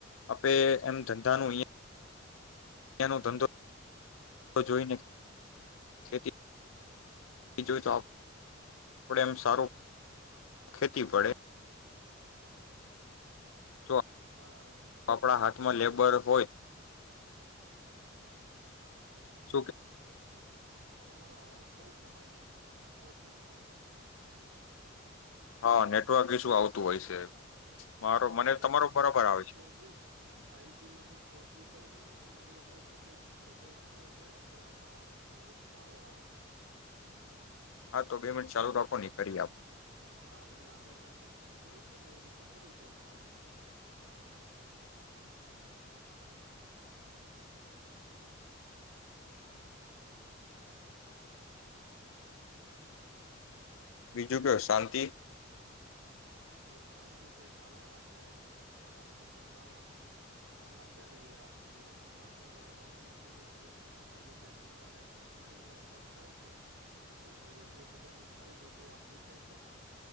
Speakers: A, on the left; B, on the right.
A: આપે એમ ધંધાનું ઐયા એનો ધંધો જોઈને ખેતી જોઈ તો આપડ એમ સારો ખેતી પડે. જો
B: બરાબર બરા
A: આપણા
B: આમા
A: હાથમાં
B: હલો.
A: લેબર હોય શું
B: તમારો અવાજ બહુ કપાય છે નેટવર્ક ઈસ્યુ છે.
A: હા નેટવર્ક ઇસ્યૂ આવતું હોય છે. મારો
B: હા
A: મને
B: એક
A: તમારો
B: કામ
A: બરાબર
B: કરો ને
A: આવે છે
B: ફોરજી ફાઈવજી માંથી ફોરજી કરી દો ને તમારું એટલે શું છે સ્ટેબલ નેટવર્ક રહેે તો એમાં વોઈસ સારો આવે.
A: હા તો બે મિનીટ ચાલુ રાખો ને કરી આપ
B: હા મેં આગળ તમને સમજાવ્યું તું ને એ રીતે કરી દઉં.
A: બીજું કયો શાંતિ?
B: બસ શાંતિ છે ચાલ્યા રાખે હવે અહિયાં તો ધંધામાં લાગ્યા રહીએ આખો દિવસ હમણાં તો યુદ્ધની પરિસ્થિતિના લીધે ધંધાને ઘણી અસર થાય છે તો શું કરીએ જે બધાનું થાય છે તે આપણું થશે.